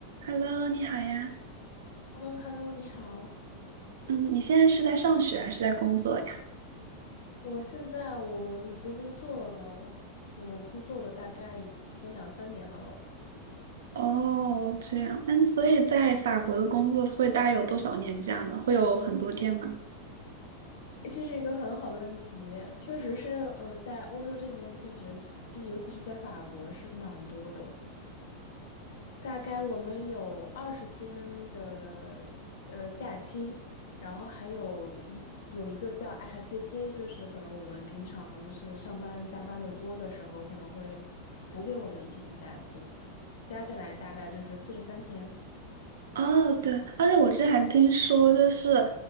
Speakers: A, on the right; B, on the left.
A: Hello，你好呀。
B: h e l l o h e l l o 你好。
A: 嗯，你现在是在上学还是在工作呀？
B: 我现在我已经工作了，我工作了大概已经两三年了。
A: 哦，这样。嗯，所以在法国的工作会大概有多少年假呢？会有很多天吗？
B: 诶这是一个很好的问题，确实是，呃，在欧洲这边确实，就是尤其是在法国是蛮多的。大概我们有二十天的呃假期，然后还有一有一个叫 i h t t 就是可能我们平常就是上班加班的多的时候，可能会补给我们一天的假期，加起来大概就是四十三天。
A: 哦，对，而且我之前还听说，就是